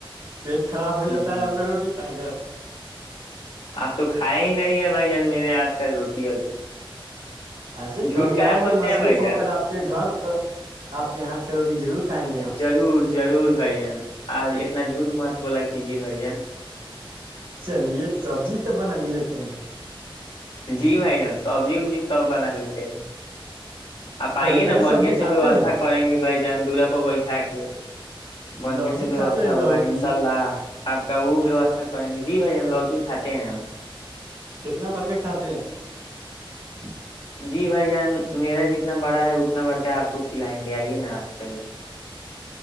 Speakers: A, on the right (about 75°); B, on the left (about 80°).
A: پیٹ خراب ہو جاتا
B: جی
A: ہے اگر روڈی کھا کر
B: اپ تو کھیا ہی نہیں ہے بھائی جان میرے آج کل روٹی ابھی
A: ایسے
B: جھوٹ
A: کبھی
B: کاہے
A: آئیں
B: بولتے
A: گے مصروف
B: ہیں بھائی
A: ہو
B: جان
A: کر آپ کے گھر تو آپ کے ہاتھ کا روٹی ضرور کھائیں گے ہم
B: ضرور ضرور بھائی جان آ اتنا جھوٹ مات بولا کیجیے بھائی جان
A: چلیے سبزی تو بنا ہی لیتے ہیں
B: جی بھائی جانس سبزی وبزی سب بنا لیتے ہیں آپ آئیے
A: کریلا
B: نا
A: کی
B: بڑیا
A: سبزی
B: سے
A: کھاتے
B: ویوستھا
A: ہیں
B: کریں گے بھائی جان دورا پ بیٹھے ہےیکے بڑھیا
A: لوکی
B: سے ویوستھا
A: کھاتے ہیں لوکی
B: ہوگا انشاء اللہ آپ کا وہ ووستھا کریں گے جی بائی جان لوکی کھاتے ہیں ہم
A: کتنا بڑ کے کھاتے ہیں <inaudible>
B: جی بھائی جان میرا جتنا بڑا ہے اتنا بڑھ کر آپ کو کھلائیں گے آئیے نا آپ پہلے